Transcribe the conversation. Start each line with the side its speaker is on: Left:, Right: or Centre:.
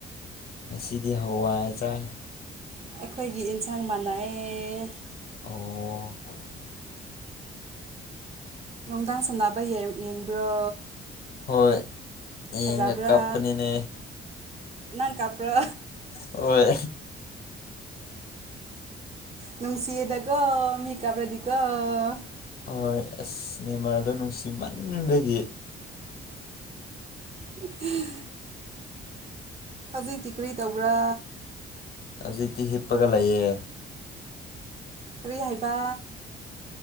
Left: ꯉꯁꯤꯗꯤ ꯍꯋꯥꯏ ꯆꯥꯏ
Right: ꯑꯩꯈꯣꯏꯒꯤ ꯌꯦꯟꯁꯥꯡ ꯃꯥꯅꯥ ꯑꯦ
Left: ꯑꯣ
Right: ꯅꯨꯡꯗꯥꯡ ꯁꯥꯟꯅꯕ ꯌꯦꯔ ꯌꯦꯡꯕ꯭ꯔꯣ
Left: ꯍꯣꯏ ꯌꯦꯡꯉ
Right: ꯐꯖꯕ꯭ꯔꯥ
Left: ꯀꯞꯄꯅꯤꯅꯦ
Right: ꯅꯪ ꯀꯥꯞꯄ꯭ꯔꯥ
Left: ꯍꯣꯏ
Right: ꯅꯨꯡꯁꯤꯌꯦꯗꯀꫭ ꯃꯤ ꯀꯞꯔꯗꯤꯀꫭ
Left: ꯍꯣꯏ ꯑꯁ ꯅꯦꯃꯥꯔꯗꫭ ꯅꯨꯡꯁꯤꯃꯟꯕꯒꯤ
Right: <inaudible> ꯍꯧꯖꯤꯛꯇꯤ ꯀꯔꯤ ꯇꯧꯕ꯭ꯔꯥ
Left: ꯍꯧꯖꯤꯛꯇꯤ ꯍꯤꯞꯄꯒ ꯂꯩꯌꯦ
Right: ꯀꯔꯤ ꯍꯥꯏꯕ